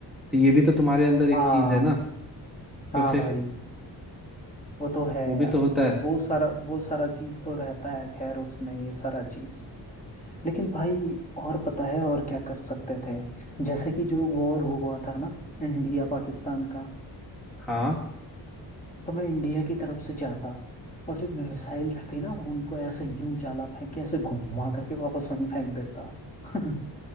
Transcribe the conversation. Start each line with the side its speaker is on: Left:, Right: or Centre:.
Centre: तो ये भी तो तुम्हारे अंदर एक
Left: हाँ
Centre: चीज है ना
Left: हाँ
Centre: तो फिर
Left: भाई वो तो है
Centre: वो भी
Left: यार
Centre: तो होता है
Left: वो सारा वो सारा चीज़ तो रहता है खैर उसमें ये सारा चीज़ लेकिन भाई और पता है और क्या कर सकते थे जैसे कि जो वॉर हुआ था ना इंडिया पाकिस्तान का
Centre: हाँ
Left: तो मैं इंडिया की तरफ से जाता और जो मिसाइल्स थी ना उनको ऐसे यूं जाला फेंक के ऐसे घुमा करके वापस वहीं फेंक देता <laughs>